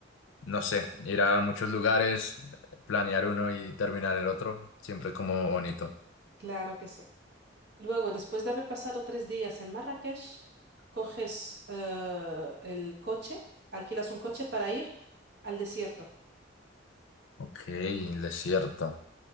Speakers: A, on the left (about 80°); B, on the right (about 55°).
A: no sé, ir a muchos lugares, planear uno y terminar el otro. Siempre como bonito.
B: Claro que sí. Luego, después de haber pasado tres días en Marrakech, coges eh, el coche, alquilas un coche para ir al desierto.
A: Ok, el desierto.